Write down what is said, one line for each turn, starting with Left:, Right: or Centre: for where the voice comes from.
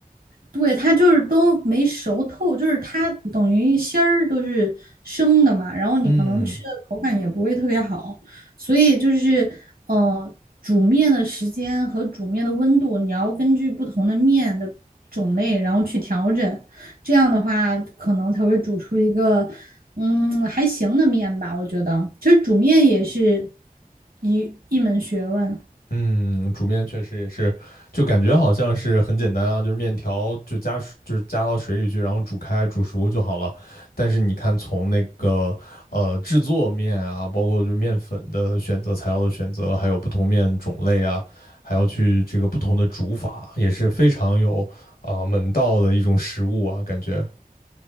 Right: 对，它就是都没熟透，就是它等于芯儿都是生的嘛，然后你可能吃的口感也不会特别好，
Left: 嗯
Right: 所以就是呃，煮面的时间和煮面的温度，你要根据不同的面的种类，然后去调整，这样的话可能才会煮出一个嗯还行的面吧，我觉得。其实煮面也是一一门学问，
Left: 嗯，煮面确实也是，就感觉好像是很简单啊，就是面条就加水，就是加到水里去，然后煮开煮熟就好了。但是你看，从那个呃制作面啊，包括就面粉的选择、材料的选择，还有不同面种类啊，还要去这个不同的煮法，也是非常有啊、呃门道的一种食物啊，感觉。